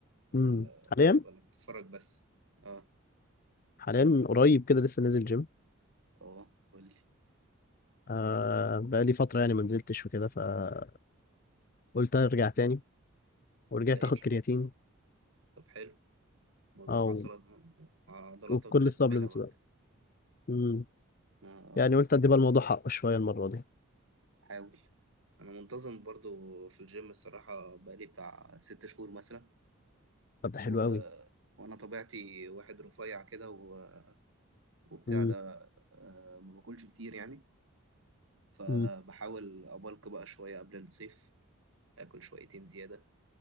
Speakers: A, on the left; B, on the right.
A: مم.
B: ولا
A: حاليا
B: ولا بتتفرج بس اه
A: حاليا قريب كده لسه نازل جيم
B: اه قول لي
A: آه بقى لي فتره يعني ما نزلتش وكده فقلت ارجع تاني ورجعت
B: لقيت
A: اخد كرياتين
B: لي. طب حلو عضلات
A: اه
B: عضلاتك
A: وفي كل
B: تتملى
A: السبلمنتس
B: بقى
A: بقى
B: كده
A: امم
B: آه،
A: يعني قلت ادي بقى الموضوع حقه شويه المره دي
B: حاول انا منتظم برضو في الجيم الصراحة بقالي بتاع ست شهور مثلا
A: طب ده حلو
B: و...
A: قوي
B: وانا طبيعتي واحد رفيع كده و... وبتاع
A: امم
B: ده آه، ما باكلش كتير يعني فبحاول
A: امم
B: ابلك بقى شوية قبل الصيف اكل شويتين زيادة